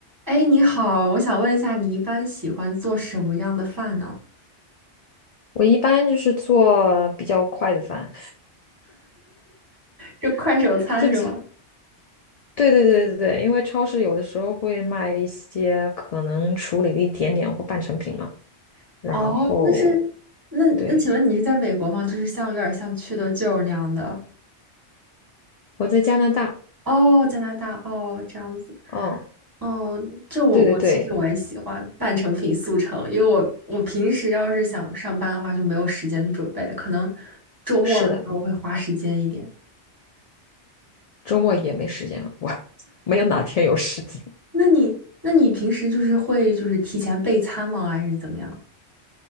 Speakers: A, on the right (about 20°); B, on the left (about 60°).
A: 哎，你好，我想问一下，你一般喜欢做什么样的饭呢？
B: 我一般就是做比较快的饭，
A: 就快手餐是吗？
B: <laughs> 就做对对对对对，因为超市有的时候会卖一些可能处理了一点点或半成品嘛。然后，
A: 哦，那是，那那，
B: 对，
A: 请问你是在美国吗？就是像有点像缺德舅那样的。
B: 我在加拿大，
A: 哦，加拿大，哦，这样子，
B: 嗯，
A: 哦，就我我其实我也喜欢半成品速成，
B: 对对对，
A: 因为我我平时要是想上班的话就没有时间去准备，可能周末的时候会花时间一点。
B: 是的，周末也没时间，我 <laughs> 没有哪天有时间，
A: 那你那你平时就是会就是提前备餐吗？还是怎么样？